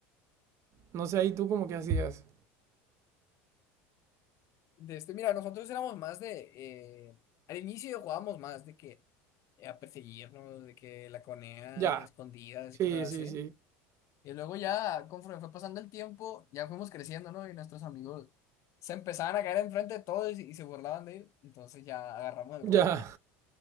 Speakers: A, on the right; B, on the left.
A: No sé, ahí tú como que hacías.
B: De este, mira, nosotros éramos más de... eh, al inicio jugábamos más de que eh, a perseguirnos, de que la conea,
A: Ya,
B: escondidas
A: sí,
B: y cosas así.
A: sí, sí.
B: Y luego ya, conforme fue pasando el tiempo, ya fuimos creciendo, ¿no? Y nuestros amigos se empezaban a caer enfrente de todos y, y se burlaban de ellos. Entonces ya agarramos el rollo
A: Ya,